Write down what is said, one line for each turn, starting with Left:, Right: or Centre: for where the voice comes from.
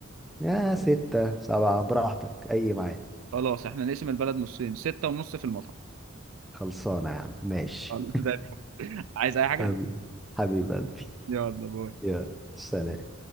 Centre: يا ستة سبعة براحتك أي معاك
Right: خلاص احنا نقسم البلد نصين ستة ونص في المطعم
Centre: خلصانة يا عم ماشي
Right: خلاص، زي الفل <laughs> عايز اي حاجه
Centre: حبيب حبيب قلبي
Right: يلا باي
Centre: يا سلام